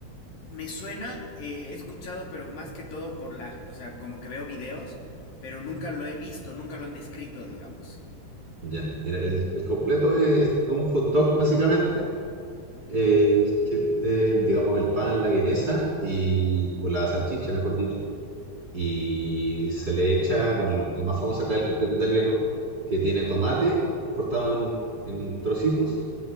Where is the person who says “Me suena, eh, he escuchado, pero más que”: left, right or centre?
Left